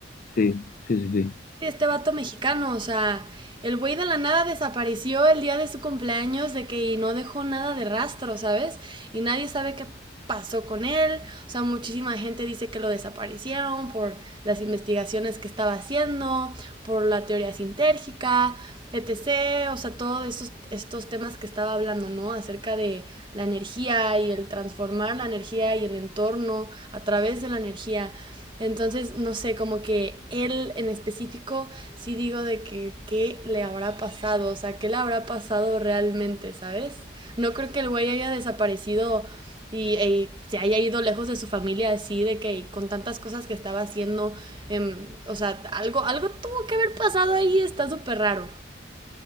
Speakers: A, on the left; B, on the right.
A: Sí, sí, sí, sí.
B: este vato mexicano, o sea, el güey de la nada desapareció el día de su cumpleaños de que y no dejó nada de rastro, ¿sabes? Y nadie sabe qué pasó con él, o sea, muchísima gente dice que lo desaparecieron por las investigaciones que estaba haciendo, por la teoría sintérgica, etc., o sea, todos estos, estos temas que estaba hablando, ¿no? Acerca de la energía y el transformar la energía y el entorno a través de la energía. Entonces, no sé, como que él en específico, sí digo de que qué le habrá pasado, o sea, qué le habrá pasado realmente, ¿sabes? No creo que el güey haya desaparecido y, y se haya ido lejos de su familia así, de que con tantas cosas que estaba haciendo, em, o sea, algo, algo tuvo que haber pasado ahí, está súper raro.